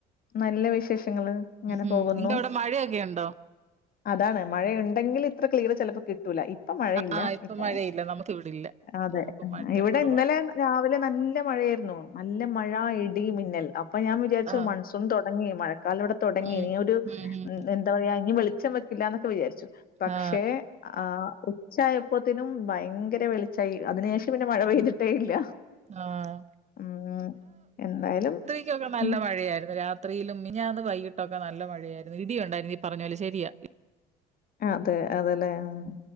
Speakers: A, on the left (about 50°); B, on the right (about 35°).
A: നല്ല വിശേഷങ്ങള് ഇങ്ങനെ
B: ഉം
A: പോകുന്നു.
B: നിങ്ങക്ക് അവിടെ മഴയൊക്കെ ഉണ്ടോ
A: അതാണ് മഴയുണ്ടെങ്കിൽ ഇത്ര ക്ലിയർ ചെലപ്പൊ കിട്ടൂല ഇപ്പൊ മഴയില്ല
B: ആ ഇപ്പൊ
A: ഇപ്പ
B: മഴയില്ല നമുക്ക് ഇവിടെ ഇല്ല
A: അതെ
B: നമുക്ക് മഴ
A: ഇവിടെ
B: കുറവാ
A: ഇന്നലെ രാവിലെ നല്ല മഴയേര്ന്നു നല്ല മഴ ഇടി മിന്നൽ അപ്പം ഞാൻ വിചാര്ച്ചു
B: ആ
A: മൺസൂൺ തൊടങ്ങി മഴക്കാല ഇവിടെതൊ ടങ്ങി
B: ഉം
A: ഇനി ഒരു
B: ഉം ഉം
A: എന്താ പറയാ ഇനി വെളിച്ചം വെക്കില്ലാന്നൊക്കെ വിചാരിച്ചു പക്ഷെ
B: ആ
A: ആഹ് ഉച്ചായപ്പോത്തിനും ഭയങ്കര വെളിച്ചായി അതിനുശേഷ ട്ട് പിന്നെ മഴ
B: ഉം
A: പെയ്തിട്ടേയില്ല
B: ആ
A: ആഹ് എന്തായാലും
B: രാത്രിയൊക്കെ നല്ല
A: ഉം.
B: മഴയാര്ന്നു രാത്രിയിലും മിനിയാന്ന് വൈകീട്ടൊക്കെ നല്ല മഴയായ്ര്ന്നു ഇടിയുണ്ടായിരുന്നു ഈ പറഞ്ഞ പോലെ ശെരിയാ
A: അതെ അതെലേ ഉം